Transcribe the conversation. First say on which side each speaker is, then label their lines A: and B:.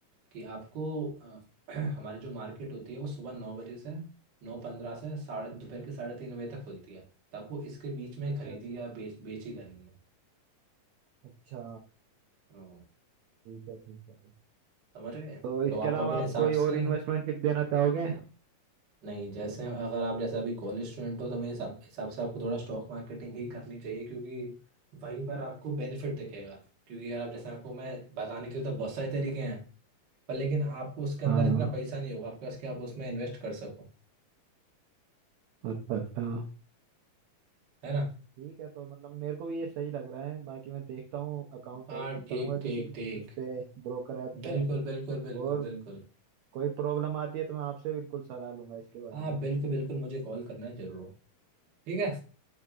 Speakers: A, on the right; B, on the right.
A: कि आपको अ, <clears throat> हमारी जो मार्केट होती है वो सुबह नौ बजे से नौ पंद्रह से साढ़े दोपहर
B: अच्छा
A: के साढ़े तीन बजे तक खुलती है तो आपको इसके बीच में
B: अच्छा
A: खरीदी
B: अच्छा
A: या बेच बेची करनी है
B: अच्छा
A: हाँ,
B: ठीक है ठीक है
A: समझ गए
B: तो इसके
A: तो आप
B: अलावा
A: अपने
B: आप
A: हिसाब
B: कोई
A: से
B: और इन्वेस्टमेंट टिप देना चाहोगे
A: नहीं जैसे अगर आप जैसे अभी कॉलेज स्टूडेंट हो तो मेरे हिसाब हिसाब से आपको थोड़ा स्टॉक मार्केटिंग ही करनी चाहिए क्योंकि वहीं पर आपको बेनिफिट दिखेगा क्योंकि अगर आप जैसे आपको मैं बताने के लिए तो बहुत सारे तरीके हैं पर लेकिन आपको उसके अंदर
B: हाँ
A: इतना पैसा नहीं होगा आपके पास कि आप उसमें इन्वेस्ट कर सको
B: अच्छा अच्छा
A: है ना
B: ठीक है तो मतलब मेरे को भी ये सही लग रहा है बाकी मैं देखता हूँ अकाउंट
A: हाँ
B: ओपन
A: ठीक
B: करूंगा किसी
A: ठीक ठीक
B: उस पे ब्रोकर ऐप पे
A: बिल्कुल बिल्कुल बिल्कुल
B: और
A: बिल्कुल
B: कोई प्रॉब्लम आती है तो मैं आपसे बिल्कुल सलाह लूंगा इसके बारे
A: आप
B: में
A: बिल्कुल बिल्कुल मुझे कॉल करना जरूर ठीक है